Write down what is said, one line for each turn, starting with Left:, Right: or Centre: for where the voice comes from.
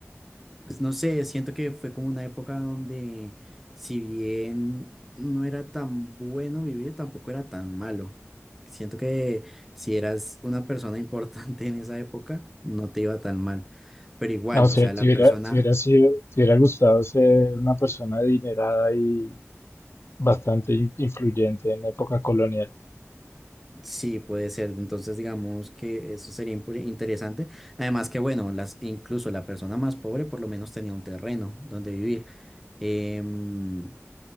Centre: pues no sé, siento que fue como una época donde si bien no era tan bueno vivir, tampoco era tan malo. Siento que si eras una persona <laughs> importante en esa época, no te iba tan mal. Pero igual,
Left: Ah, o sea,
Centre: o sea,
Left: te
Centre: la persona
Left: hubiera, te hubiera sido, te hubiera gustado ser una persona adinerada y bastante in- influyente en época colonial.
Centre: Sí, puede ser. Entonces, digamos que eso sería impure- interesante. Además que, bueno, las, incluso la persona más pobre por lo menos tenía un terreno donde vivir. Em,